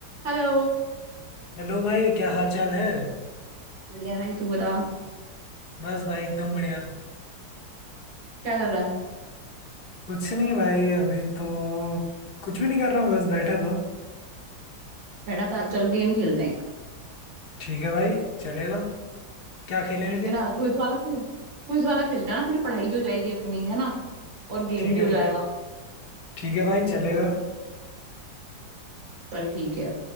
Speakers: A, on the right; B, on the left.
A: Hello
B: Hello भाई क्या हाल चाल है
A: बढ़िया भाई तू बता
B: बस भाई एकदम बढ़िया
A: क्या कर रहा है
B: कुछ नहीं भाई अभी तो कुछ भी नहीं कर रहा हूँ बस बैठा था
A: बैठा था चल गेम खेलते हैं एक,
B: ठीक है भाई चलेगा क्या खेलें लेकिन
A: ठीक है ना क्विज वाला खेलें क्विज वाला खेलते हैं ना थोड़ी पढ़ाई भी हो जाएगी अपनी है ना और गेम
B: ठीक
A: भी
B: है
A: हो
B: ठीक
A: जाएगा
B: है ठीक है भाई चलेगा
A: चल ठीक है